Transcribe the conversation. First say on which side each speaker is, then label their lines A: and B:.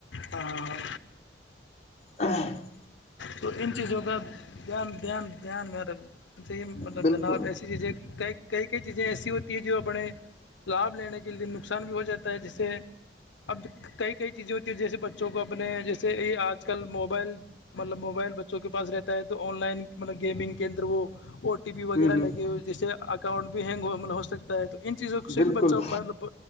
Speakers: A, on the left; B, on the left.
A: ہاں
B: ہاں <unintelligible>
A: تو ان چیزوں کا دھیان دھیان دھیان میںیر ر چیے مطلب
B: بالکل
A: جناب ایسی چیزیں کی کئی کئی چیزیں ایسی ہوتی ہیں جو اپنے لابھ لینے کے لیے نقصان بھی ہو جاتا ہے جیسے اب کئی کئی چیزیں ہوتی ہیں جیسے بچوں کو اپنے جیسے آج کل موبائل مطلب موبائل بچوں کے پاس رہتا ہے تو آن لائن مطلب گیمنگ کے اندر وہ ٹی پی وغیرہ
B: ہوں ہوں
A: لگے ہوئے جسے ا اکؤنٹ بھی ہینگ مطل ہوک <unintelligible> ہے تو ان چیزوں سے
B: بالکل
A: بھی بچوں مطلب